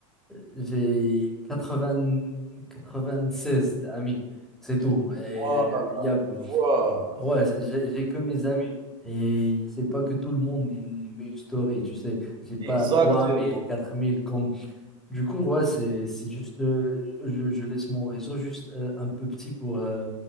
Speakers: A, in the centre; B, on the right.
A: j'ai quatre quatre vingt seize amis, c'est tout. Et
B: Voilà,
A: il y a...
B: tu vois?
A: ouais, j'ai j'ai que mes amis. Et c'est pas que tout le monde il met une story, tu sais. J'ai pas
B: Exactement,
A: 3000, 4000 comme Du coup, ouais, c'est c'est juste, euh, je, je laisse mon réseau juste euh, un peu petit pour, euh,